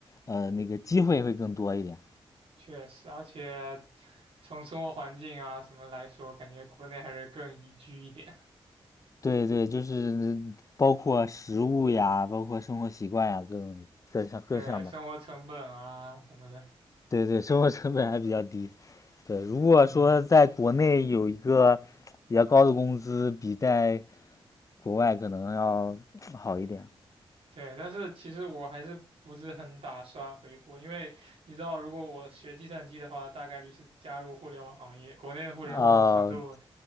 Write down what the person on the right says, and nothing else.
确实，而且从生活环境啊什么来说，感觉国内还是更宜居一点。
对，生活成本啊什么的，
嗯，
对，但是其实我还是不是很打算回国，因为你知道，如果我学计算机的话，大概率是加入互联网行业。国内的互联网强度